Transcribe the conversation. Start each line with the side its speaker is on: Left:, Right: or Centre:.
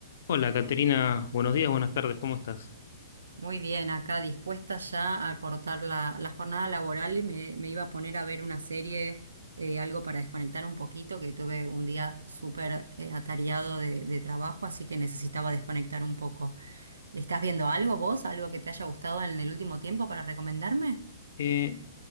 Left: Hola, Caterina, buenos días, buenas tardes, ¿cómo estás?
Right: Muy bien, acá dispuesta ya a cortar la, la jornada laboral y me, me iba a poner a ver una serie, eh, algo para desconectar un poquito, que tuve un día súper eh, atareado de, de trabajo, así que necesitaba desconectar un poco. ¿Estás viendo algo vos, algo que te haya gustado en el último tiempo para recomendarme?
Left: Eh,